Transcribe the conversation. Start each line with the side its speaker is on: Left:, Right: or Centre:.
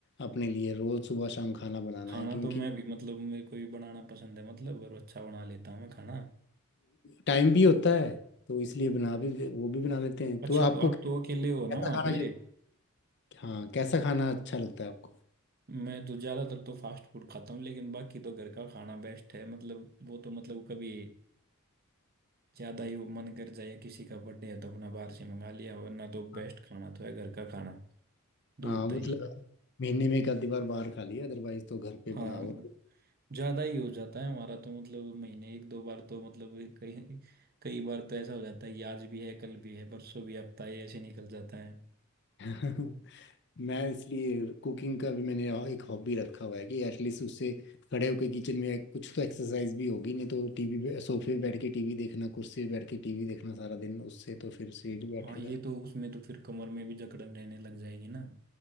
Left: अपने लिए रोज सुबह शाम खाना बनाना
Right: खाना
Left: है क्योंकि
Right: तो मैं भी मतलब मेरे को भी बनाना पसंद है मतलब और अच्छा बना लेता हूँ मैं खाना
Left: टाइम भी होता है तो इसलिए बना भी वो भी बना लेते हैं
Right: अच्छा
Left: तो आपको
Right: तो आप तो अकेले
Left: कैसा
Right: हो ना वहाँ
Left: खाना
Right: पे
Left: चाहिए हाँ कैसा खाना अच्छा लगता है आपको
Right: मैं तो ज्यादातर तो फास्ट फूड खाता हूँ लेकिन बाकी तो घर का खाना बेस्ट है मतलब वो तो मतलब कभी ज्यादा ही वो मन कर जाए या किसी का बर्थडे है तो अपना बाहर से मंगा लिया वरना तो
Left: हाँ
Right: बेस्ट खाना तो है घर का खाना दूध
Left: हाँ, मतलब
Right: दही
Left: महीने में एक आधी बार बाहर खा लिया अदरवाइज तो घर पे
Right: हाँ
Left: बनाओ
Right: ज्यादा ही हो जाता है हमारा तो मतलब महीने एक दो बार तो मतलब कई कई बार तो ऐसा हो जाता है कि आज भी है कल भी है परसों भी हफ्ता ही ऐसे निकल जाता है
Left: <laughs> मैं इसलिए कुकिंग का भी मैंने एक हॉबी रखा हुआ है कि एटलीस्ट उससे खड़े होकर किचन में कुछ तो एक्सरसाइज भी होगी नहीं तो टीवी पे सोफे पे बैठ के टीवी देखना कुर्सी पे बैठ के टीवी देखना सारा दिन उससे तो फिर शरीर बैठेगा
Right: हाँ ये तो उसमें तो फिर कमर में भी जकड़न रहने लग जाएगी ना